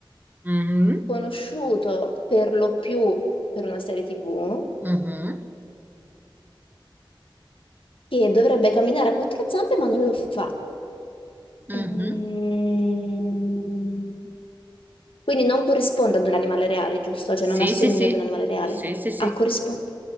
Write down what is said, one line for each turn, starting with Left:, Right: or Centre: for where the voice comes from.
Right: Mhm,
Left: conosciuto per lo più per una serie TV,
Right: mhm,
Left: che dovrebbe camminare a quattro zampe ma non lo fa.
Right: mhm.
Left: Mm. Quindi non corrisponde ad un animale reale, giusto? Cioè
Right: Sì,
Left: non assomiglia
Right: sì, sì.
Left: ad un animale reale.
Right: Sì, sì, sì.
Left: Ah, corrisponde.